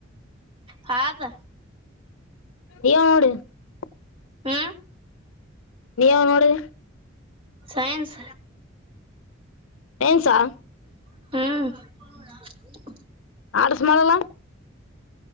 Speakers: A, on the right; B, on the left.
A: ಹಾದ
B: ಅವಣ <unintelligible>
A: ಹಾ.
B: ನೀ ಯಾವಾಗ ನೋಡಿಡಿ.
A: ಸೈನ್ಸ್
B: ನ್ಸ <inaudible>
A: ಹ್ಮ
B: ಆಡ್ಸ್ ಮಾಡಲ್ಲಾ.